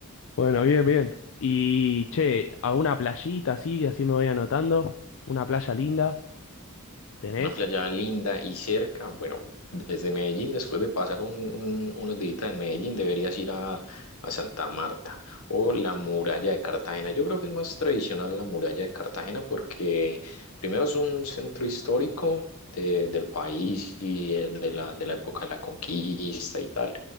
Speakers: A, on the left; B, on the left.
A: Bueno, bien, bien. Y, che, ¿alguna playita así? Así me voy anotando. ¿Una playa linda? ¿Tenés?
B: una playa linda y cerca. Bueno, desde Medellín, después de pasar un- un- unos días en Medellín, deberías ir a, a Santa Marta o la muralla de Cartagena. Yo creo que es más tradicional la muralla de Cartagena porque primero es un centro histórico. de- del país y el de la, de la época de la conquista y tal.